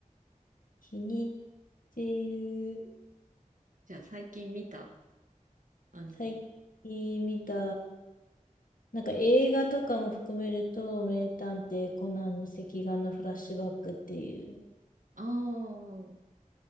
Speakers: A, on the left (about 80°); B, on the right (about 70°).
A: <laughs> 気に入っている、
B: <laughs> じゃあ最近見たアニメ。
A: 最近見た、なんか映画とかも含めると、名探偵コナンの赤眼のフラッシュバックっていう、
B: ああ。